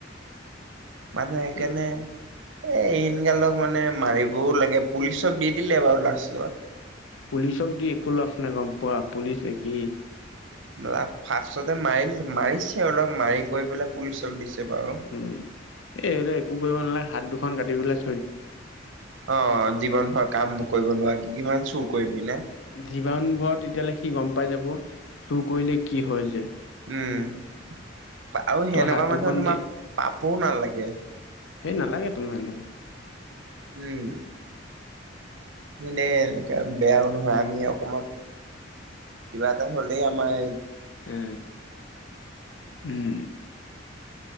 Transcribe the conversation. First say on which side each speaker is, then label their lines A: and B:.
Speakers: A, on the right (about 75°); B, on the left (about 75°).
A: মানুহে সেইকাৰনে
B: এই
A: এ ইন গালক মানে মাৰি বৌ লাগে, পুলিচক দি দিলে বাৰু লাষ্টত।
B: পুলিচক দি একো লাভ নাই, গম পোৱা পুলিচ একেই।
A: বেলাক ফাচতটে মাৰিল মাৰিছে অলপ মাৰি কৰি পেলাই পুলিচক দিছে বাৰু।
B: উম এই এইবিলাক একো কৰিব নালাগে হাত দুখন কাটি পেলায়
A: অ জীৱন ভৰা কাম কৰিব নোৱাৰি কিমান চুৰ কৰিবি নে?
B: জীৱান ভৰ তেতিয়াহ'লে সি গম পাই যাব চুৰ কৰিলে কি হয় যে?
A: উম আৰু সেনেকুৱা
B: তই হাত দুখন
A: মানুহে তোমাৰ
B: দি
A: পাপও নালাগে।
B: সেই নালাগে তোমাৰ এনে।
A: উম। দেই এনেকা বেয়াও নহয় আমি অকণমান কিবা এটা হ'লেই আমাৰ এ
B: উ উম।